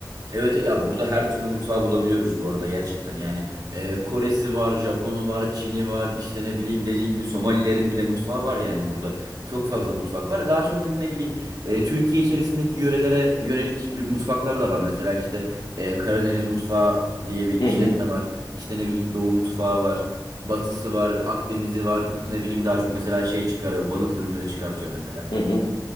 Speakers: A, on the right; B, on the left.
A: Evet ya burada her türlü mutfağı bulabiliyoruz bu arada gerçekten. Yani e, Koresi var, Japonu var, Çin'i var, işte ne bileyim dediğin gibi Somalilerin bile mutfağı var yani burada. Çok fazla mutfak var. Daha çok hani ne bileyim e, Türkiye içerisindeki yörelere yönelik mutfaklar da var. Mesela işte e, Karadeniz mutfağı diye bir
B: Hı
A: işletme
B: hı,
A: var. İşte ne bileyim Doğu mutfağı var. Batısı var, Akdeniz'i var. Ne bileyim daha çok mesela şey çıkarıyor, balık ürünleri çıkartıyor mesela.
B: hı hı.